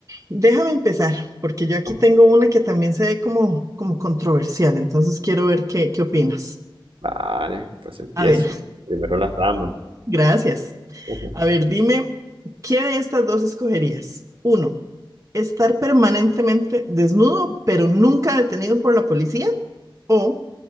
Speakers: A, on the right (about 35°); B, on the right (about 80°).
A: déjame empezar, porque yo aquí
B: No.
A: tengo una que también se ve como, como controversial, entonces quiero ver qué, qué opinas.
B: Vale, pues empieza.
A: A ver,
B: Primero las damas.
A: <laughs> gracias.
B: <laughs>
A: A ver, dime, ¿qué de estas dos escogerías? Uno, estar permanentemente desnudo, pero nunca detenido por la policía, o